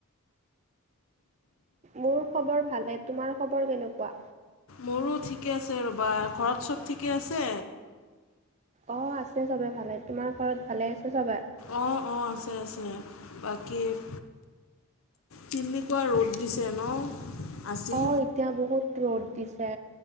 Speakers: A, on the right; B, on the left.
A: মোৰ খবৰ ভালে, তোমাৰ খবৰ কেনেকুৱা?
B: মোৰো ঠিকে আছে ৰ'বা, ঘৰত চব ঠিকে আছে?
A: অঁ আছে চবে ভালে, তোমাৰ ঘৰত ভালে আছে চবে।
B: অঁ অঁ, আছে আছে বাকী- কেনেকুৱা ৰ'দ দিছে ন'। আজি
A: অঁ', এতিয়া বহুত ৰ'দ দিছে